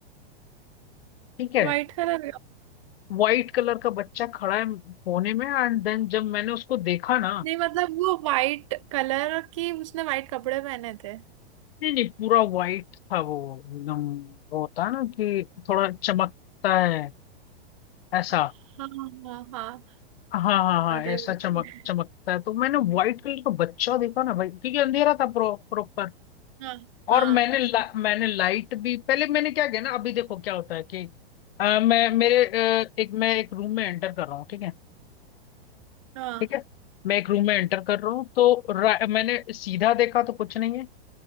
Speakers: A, on the left; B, on the right.
A: ठीक है
B: व्हाइट कलर का
A: वाइट कलर का बच्चा खड़ा है कोने में एंड देन जब मैंने उसको देखा ना
B: नहीं मतलब वो व्हाइट कलर की उसने व्हाइट कपड़े पहने थे
A: नहीं नहीं पूरा वाइट था वो एकदम वो होता है ना कि थोड़ा चमकता है ऐसा
B: हाँ हाँ हाँ
A: हाँ हाँ हाँ
B: अरे
A: ऐसा
B: बाप
A: चमक
B: रे।
A: चमकता है तो मैंने व्हाइट कलर का बच्चा देखा ना भाई क्योंकि अंधेरा था प्रो प्रॉपर
B: हाँ हाँ
A: और मैंने ला, मैंने लाइट भी पहले मैंने क्या किया ना अभी देखो क्या होता है कि अ, मैं मेरे अ, एक मैं एक रूम में एंटर कर रहा हूँ ठीक है
B: हाँ
A: ठीक है मैं एक रूम में एंटर कर रहा हूँ तो रा- मैंने सीधा देखा तो कुछ नहीं है